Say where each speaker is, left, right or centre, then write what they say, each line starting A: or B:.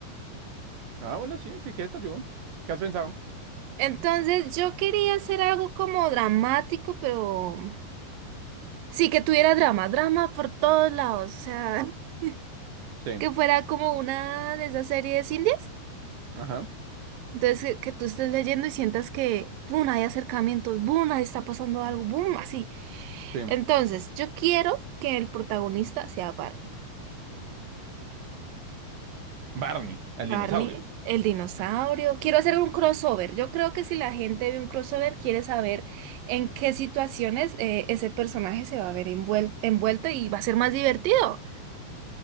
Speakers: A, on the right (about 85°); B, on the right (about 70°).
A: Ah, bueno, sí, sí, que esta yo. ¿Qué has pensado?
B: Entonces, yo quería hacer algo como dramático, pero sí que tuviera drama, drama por todos lados, o sea, <laughs>
A: Sí,
B: que fuera como una de esas series indies.
A: ajá,
B: Entonces, que, que tú estés leyendo y sientas que, ¡pum!, hay acercamientos, boom ahí está pasando algo, boom así.
A: sí.
B: Entonces, yo quiero que el protagonista sea Barney.
A: Barney, el
B: Barney,
A: dinosaurio.
B: el dinosaurio. Quiero hacer un crossover. Yo creo que si la gente ve un crossover, quiere saber en qué situaciones eh, ese personaje se va a ver envuel- envuelto y va a ser más divertido.